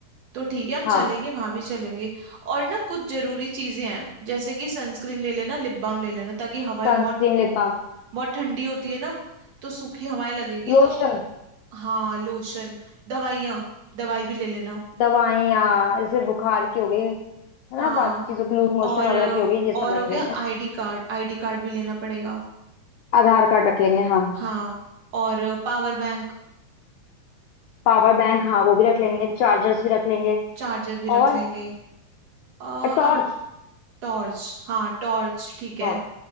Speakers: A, on the right; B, on the left.
A: तो ठीक है हम
B: हाँ
A: चलेंगे वहां भी चलेंगे और ना कुछ जरूरी चीजें हैं जैसे कि सनस्क्रीन ले लेना लिप बाम ले लेना ताकि हवाएं
B: Sunscreen
A: बहुत
B: lip balm
A: बहुत ठंडी होती है ना तो सूखी हवाएं लगेगी
B: लोशन
A: तो हाँ लोशन दवाइयाँ दवाई भी ले लेना
B: दवाइयाँ जैसे बुखार की हो गई है
A: हाँ
B: ना बाकी चीजों की लूज मोशन
A: और
B: वगैरह
A: अ,
B: की हो गई ये सब
A: और
B: रख
A: हो गया
B: लेंगे
A: आईडी card आईडी card भी लेना पड़ेगा
B: आधार कार्ड रख लेंगे हाँ
A: हाँ और पावर बैंक
B: पावर बैंक हाँ वो भी रख लेंगे चार्जर्स भी रख लेंगे
A: चार्जर भी रख
B: और
A: लेंगे अ,
B: टॉर्च
A: अब टॉर्च हाँ टॉर्च ठीक है
B: टॉर्च